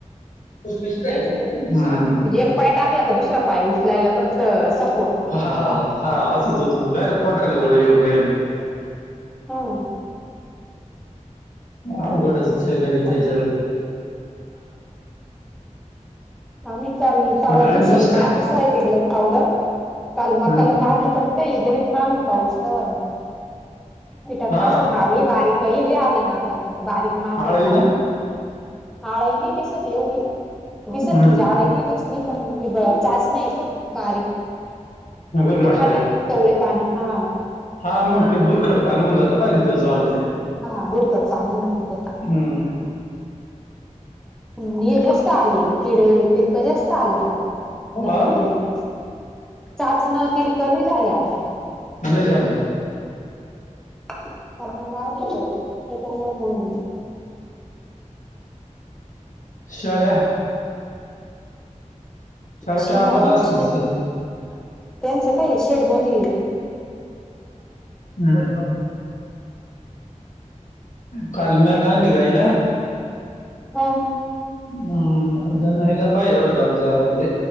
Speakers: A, on the left; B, in the centre.
A: उत्कृष्ट एकदम
B: तेच ना
A: <unintelligible> ह्म्म.
B: म्हणजे एक पाय टाकला का दुसरा पाय उचलायला परत सप.
A: ह्म्म हा हा हा असच होत डायरेक्ट पोटर्‍याला गोळे येऊ. <unintelligible>
B: ह्म्म.
A: अवघडए त्याच्याने सग.
B: आम्ही काल परवा
A: मग डाळिंब
B: दिवशी
A: कसं
B: मारली
A: काय
B: सायटिंग ला पावडर काल मकाला
A: हम्म
B: मारली पण. की लगेच मागून पाऊस तर कीटकनाशक
A: हा
B: मारली बारीक. कही इडली आली ना आता बारीक. माश्याचा
A: आळही ना
B: <unintelligible> काळ नाही दिसत एवढी दिसत.
A: हम्म
B: आळी नाही दिसली पण मी बा चाचणी बारीक.
A: गुरमाठा
B: ते खात
A: टाईप
B: कवळी पान हा.
A: हा मग ते बुरकट पान होऊन जातं. <unintelligible>
B: हा बुरकट. <unintelligible>
A: हम्.
B: हे जास्त आले किडे किडका जास्त. आल्या आता नवीन
A: हा
B: नवीन चाचण खिडक लई झाल्य आता.
A: लई झाली.
B: सामान वाढलं <unintelligible> त्याच्यामुळ मंग.
A: शळया. शाळ्या
B: शेळ्या
A: काय आबाद
B: हाय
A: असतील
B: न शेळ
A: ते
B: त्यांचं काय शेड मंधी.
A: हम्म. काल म्याट आणली का हिला?
B: हम्म.
A: हम् <unintelligible> पाहिजे एवढ्या दोनच्या म्हणजे